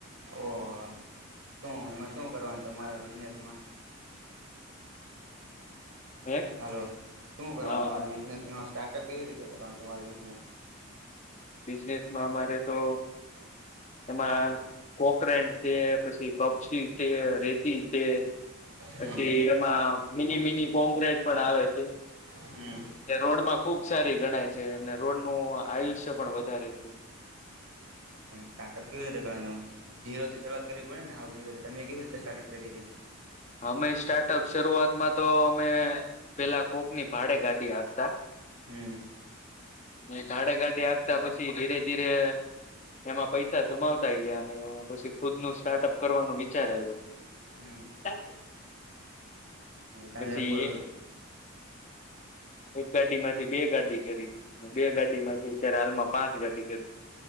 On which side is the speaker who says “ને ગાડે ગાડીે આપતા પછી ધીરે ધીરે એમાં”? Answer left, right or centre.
Left